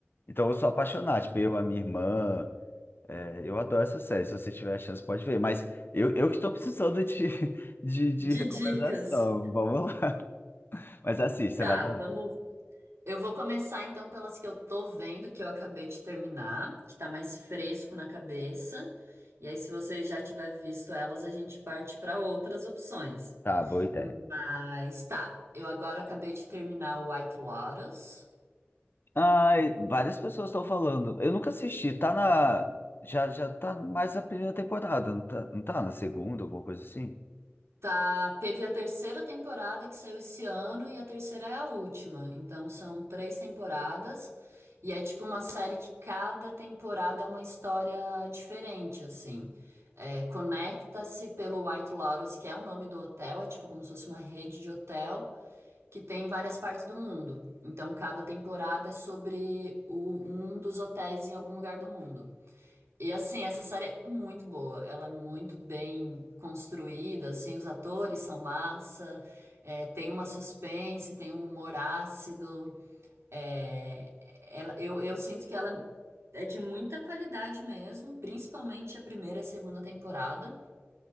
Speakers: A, on the left (about 50°); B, on the right (about 75°).
A: Então eu sou apaixonado, tipo, eu, a minha irmã. É, eu adoro essa série. Se você tiver a chance, pode ver. Mas eu, eu que estou precisando de, <laughs> de, de
B: De
A: recomendação.
B: dicas.
A: Vamos lá. Mas assiste,
B: Tá,
A: você vai adorar.
B: vamos Eu vou começar então pelas que eu tô vendo, que eu acabei de terminar, que tá mais fresco na cabeça. E aí, se você já tiver visto elas, a gente parte para outras opções.
A: Tá, boa ideia.
B: Mas tá, eu agora acabei de terminar o White Lotus.
A: Ai, várias pessoas estão falando. Eu nunca assisti. Tá na. Já, já tá mais na primeira temporada, não tá, não tá na segunda, alguma coisa assim?
B: Tá, teve a terceira temporada que saiu esse ano e a terceira é a última. Então são três temporadas e é tipo uma série que cada temporada é uma história diferente, assim. É, conecta-se pelo White Lotus, que é o nome do hotel, é tipo como se fosse uma rede de hotel que tem em várias partes do mundo. Então cada temporada é sobre o- um dos hotéis em algum lugar do mundo. E assim, essa série é muito boa, ela é muito bem construída, assim, os atores são massa, é, tem uma suspense, tem um humor ácido, é, ela- eu, eu sinto que ela é de muita qualidade mesmo, principalmente a primeira e a segunda temporada.